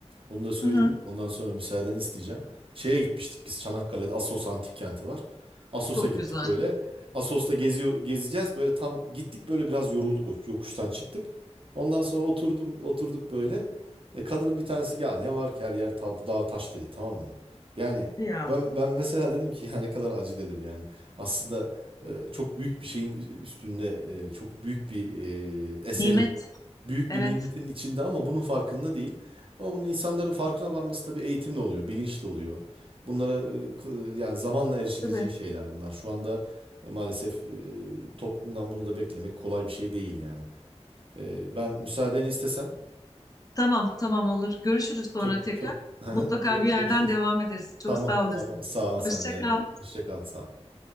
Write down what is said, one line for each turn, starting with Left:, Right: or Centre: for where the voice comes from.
Right: Bunu da söyleyeyim.
Left: Hı hı.
Right: Ondan sonra müsaadeni isteyeceğim. Şeye gitmiştik biz Çanakkale'de Assos Antik Kenti var. Assos'a
Left: Çok
Right: gittik
Left: güzel.
Right: böyle. Assos'ta geziyor, gezeceğiz. Böyle tam gittik böyle biraz yorulduk o yokuştan çıktık. Ondan sonra oturdum oturduk böyle. E, kadının bir tanesi ya ne var ki her yer ta- dağ taş dedi tamam mı? Yani
Left: Ya.
Right: ben ben mesela dedim ki ya ne kadar acı dedim yani. Aslında e, çok büyük bir şeyin üstünde e, çok büyük bir e, eserin
Left: Nimet.
Right: büyük
Left: Evet.
Right: bir nimetin içinde ama bunun farkında değil. Ama bunun insanların farkına varması tabii eğitimle oluyor, bilinçli oluyor. Bunlara e, k- yani zamanla erişilecek
Left: Tabii.
Right: şeyler bunlar. Şu anda maalesef e, toplumdan bunu da beklemek kolay bir şey değil yani. E, ben müsaadeni istesem
Left: Tamam, tamam olur. Görüşürüz sonra
Right: çok
Left: tekrar.
Right: çok <laughs> Hı
Left: Mutlaka
Right: görüşürüz.
Left: bir yerden devam ederiz. Çok
Right: Tamam,
Left: sağ olasın.
Right: tamam. Sağ ol sen
Left: Hoşça
Right: de.
Left: kal.
Right: Hoşça kal. Sağ ol.